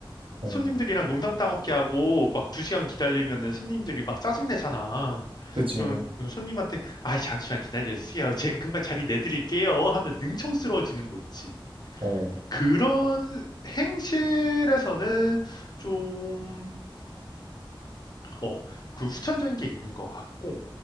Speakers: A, on the right; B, on the left.
A: 어,
B: 손님들이랑 농담 따먹게 하고, 막 두 시간 기다리면은 손님들이 막 짜증내잖아.
A: 그지,
B: 그러면 그 손님한테, 아, 잠시만 기다려주세요. 제가 금방 자리 내드릴게요. 하면서 능청스러워지는 거 있지.
A: 어,
B: 그런 행실에서는 좀, 어, 그 후천적인 게 있는 것 같고,